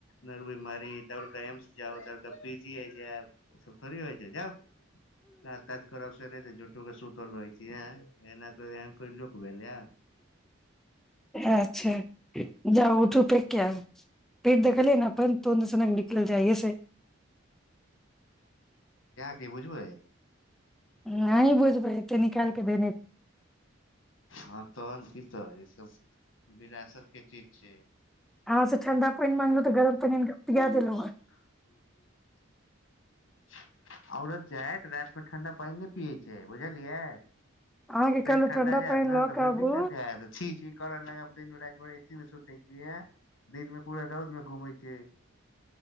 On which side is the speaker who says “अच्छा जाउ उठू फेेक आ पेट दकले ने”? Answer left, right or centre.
Centre